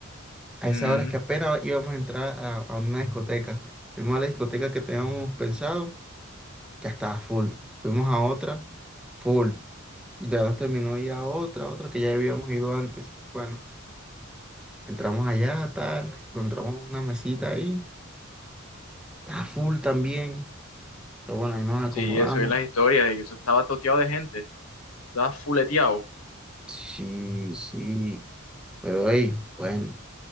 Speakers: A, in the centre; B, on the left.
A: A
B: Mm,
A: esa hora es que apenas íbamos a entrar a, a una discoteca. Fuimos a la discoteca que teníamos pensado, ya estaba full. Fuimos a otra, full. Y ya nos terminó ya otra, otra que ya habíamos ido antes. Bueno, entramos allá, tal, encontramos una mesita ahí, estaba full también. Pero bueno, ahí nos acomodamos.
B: sí, eso es las historias, de que eso estaba toteado de gente, estaba fuleteado.
A: Sí, sí, pero ahí, bueno.